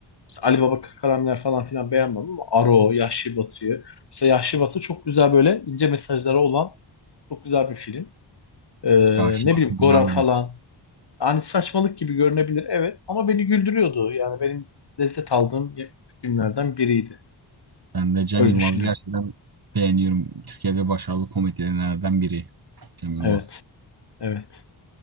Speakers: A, on the left (about 60°); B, on the right (about 50°).
A: mesela Ali Baba Karameler falan filan beğenmem ama Aro, Yahşi Batı'yı. Mesela Yahşi Batı çok güzel böyle ince mesajları olan çok güzel bir film. E,
B: Ya Şivat'ı
A: ne bileyim Gora
B: güzeldi.
A: falan. Hani saçmalık gibi görünebilir evet ama beni güldürüyordu. Yani benim lezzet aldığım filmlerden biriydi.
B: Ben de Cem
A: Öyle
B: Yılmaz'ı
A: düşünüyorum.
B: gerçekten beğeniyorum. Türkiye'de başarılı komedyenlerden biri Cem Yılmaz.
A: Evet. Evet.